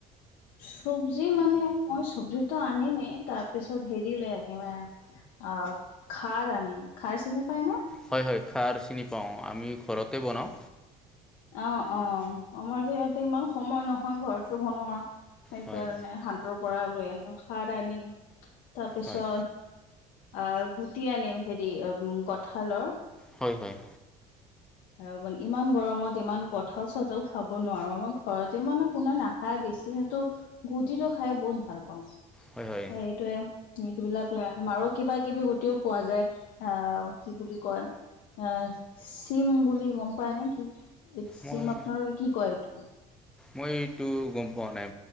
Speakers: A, on the left (about 80°); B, in the centre.
A: চব্জি মানে মই চব্জিতটো আনিমেই তাৰপিছত হেৰি লৈ আহিম এ অ খাৰ আনিম খাৰ চিনি পাই ন
B: হয় হয় খাৰ চিনি পাওঁ আমি ঘৰতে বনাওঁ
A: অৱ অৱ আমাৰ যে ইয়াতে ইমান সময় নহয় ঘৰটো বনোৱাৰ সেইকাৰণে
B: হয়
A: হাতৰ পৰা লৈ আনিম, খাৰ আদি তাৰপিছত
B: হয়
A: অ গুটি আনিম হেৰি কঠাঁলৰ
B: হয় হয়।
A: আৰু মানে ইমান গৰমত ইমান কঁঠাল চঠাল খাব নোৱাৰো, আমাৰ ঘৰতে মানে কোনে নাখায় বেছি সো গুটিটো খাই বহুত ভাল পাওঁ আৰু
B: হয় হয়
A: এইটোৱে সেই বিলাক লৈ আহেম আৰু কিবা কিবি গুটিও পোৱা যায় আহ কি বুলি কয়। আহ চিম বুলি গম পায় নেকি ই চেম
B: মই
A: আপোনালোকে কি কয় এইটো
B: মই এইটো গম পোৱা নাই